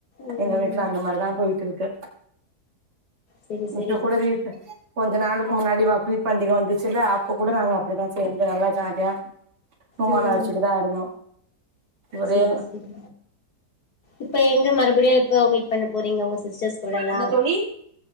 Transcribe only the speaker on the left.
ம்
செரி செரி
உம்
செரி செரி இப்ப எங்க மரு படி எப்பொ மீட் பண்ண போறிங்க உங்க சிஸ்டர்ஸ் கூடலா